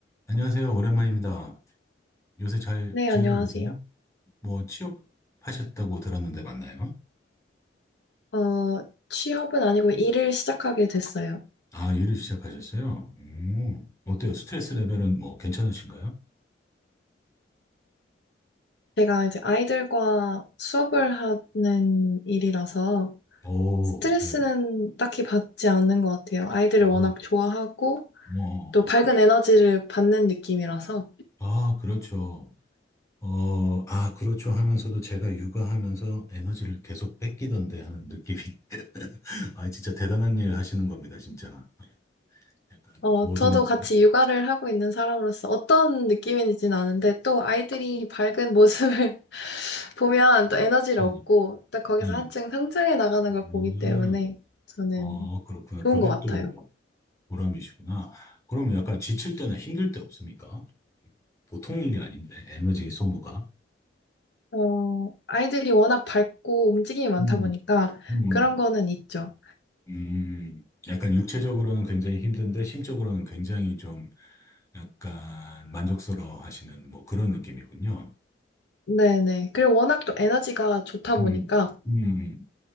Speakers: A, on the left (about 15°); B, on the left (about 65°).
A: 안녕하세요. 오랜만입니다. 요새 잘
B: 네,
A: 지내고
B: 안녕하세요.
A: 계세요? 뭐 취업하셨다고 들었는데 맞나요?
B: 어, 취업은 아니고 일을 시작하게 됐어요.
A: 아, 일을 시작하셨어요? 음, 어때요? 스트레스 레벨은 뭐 괜찮으신가요?
B: 제가 이제 아이들과 수업을 하는 일이라서
A: 오,
B: 스트레스는
A: 예.
B: 딱히 받지 않는 것 같아요. 아이들을 워낙
A: 아,
B: 좋아하고
A: 뭐,
B: 또 밝은 에너지를 받는 느낌이라서
A: 아, 그렇죠. 어, 아, 그렇죠 하면서도 제가 육아하면서 에너지를 계속 뺏기던데 하는 느낌이. <laughs> 아, 진짜 대단한 일 하시는 겁니다, 진짜. 약간
B: 어,
A: 모든,
B: 저도 같이 육아를 하고 있는 사람으로서 어떤 느낌인지는 아는데 또 아이들이 밝은 모습을 <laughs> 보면 또 에너지를
A: 음,
B: 얻고 또 거기서
A: 음,
B: 한층 성장해 나가는 걸
A: 음,
B: 보기 때문에 저는
A: 어, 그렇구나.
B: 좋은
A: 그게
B: 것 같아요.
A: 또 보람이시구나. 그럼 약간 지칠 때나 힘들 때 없습니까? 보통 일이 아닌데, 에너지 소모가.
B: 어, 아이들이 워낙 밝고 움직임이 많다
A: 음,
B: 보니까
A: 음,
B: 그런 거는 있죠.
A: 음. 약간 육체적으로는 굉장히 힘든데, 심적으로는 굉장히 좀 약간 만족스러워 하시는 뭐 그런 느낌이군요.
B: 네네. 그리고 워낙 또 에너지가 좋다
A: 음,
B: 보니까
A: 음,